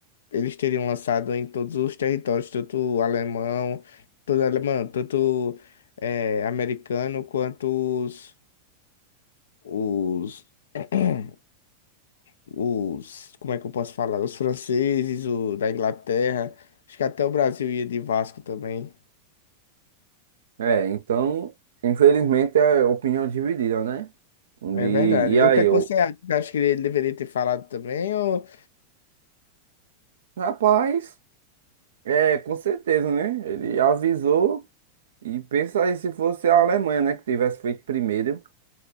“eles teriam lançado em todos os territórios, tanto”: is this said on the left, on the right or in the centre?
Left